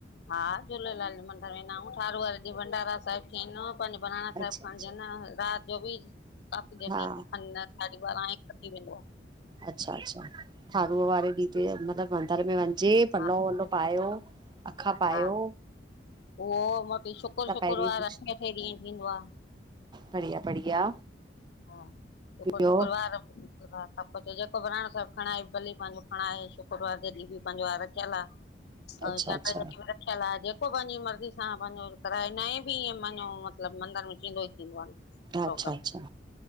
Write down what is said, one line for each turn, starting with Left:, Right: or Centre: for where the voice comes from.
Left: हा झूलेलाल जे मंदर वेंदा हूं ठारूअ वारे ॾीह भंडारा साहिब थींदो पांजा बहिराणा साहिब
Right: अच्छा
Left: खंणजंदा
Right: अच्छा
Left: रात जो बि कापी दे
Right: हा
Left: हिकु खंड साढी बारांी म <unintelligible>
Right: अचछा अच्छा थारूअ वारे ॾीह मतलबु मंदर में वञजे पलउ
Left: हा
Right: वलो पायो अखा पायो
Left: हा उहो मोटी शुकुर
Right: त
Left: शुक्रवार
Right: पहिरीं कुझु
Left: अठे अठे ॾींहं थींदो आहे
Right: बढ़िया बढ़िया
Left: हा शुकर
Right: ॿियो
Left: शुक्रवार ा सभु कुझु जेको ब्राणो साहिब खणाए भली पंहिंजो खणाए शुक्रवार जे ॾींहुं बि पंहिंजो ह रखियल आहे
Right: अच्छा
Left: ऐं ज
Right: अच्छा
Left: <inaudible> ियल आहे जेको पंहिंजी मर्ज़ी सां पंहिंजो कराए न बि ईअ पंहिंजो मतिलबु मंदर में थींदो ई थींदो आहे
Right: अच्छा
Left: प्रोग्राम
Right: अच्छा